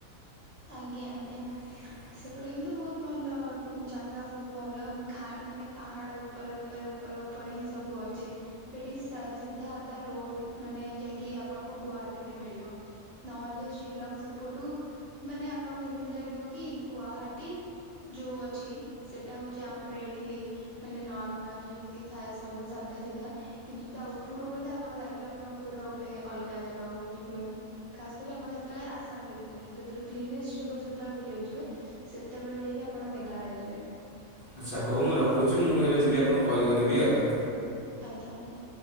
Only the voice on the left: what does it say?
ହ <inaudible>
ଆଚ୍ଛା ହଉ ମୁଁ ରଖୁଛି ମୁଁ ଏବେ ଯିବି ଆପଣଙ୍କୁ କଲ୍ କରିବି ଆଉ।